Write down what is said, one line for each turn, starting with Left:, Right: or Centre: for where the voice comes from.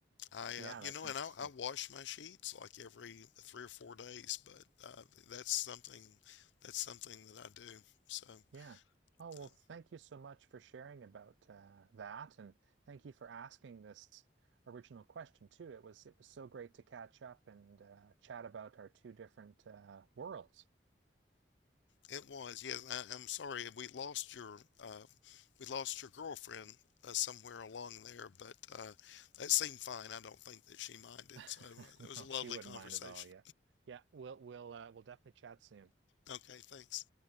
Left: I,
Right: Yeah,
Left: uh, you
Right: that's
Left: know,
Right: interesting.
Left: and I, I wash my sheets like every three or four days, but uh, that's something that's something that I do. So
Right: Yeah. Oh, well,
Left: uh,
Right: thank you so much for sharing about uh, that, and thank you for asking this original question too. It was it was so great to catch up and uh, chat about our two different uh, worlds.
Left: it was, yes. I, I'm sorry we lost your uh, we lost your girlfriend uh, somewhere along there, but uh, that seemed fine. I don't think that she minded.
Right: <laughs>
Left: So uh, that was
Right: No,
Left: a lovely
Right: she wouldn't
Left: conversation.
Right: mind at all. Yeah, yeah. We'll we'll uh, we'll definitely chat soon.
Left: Okay, thanks.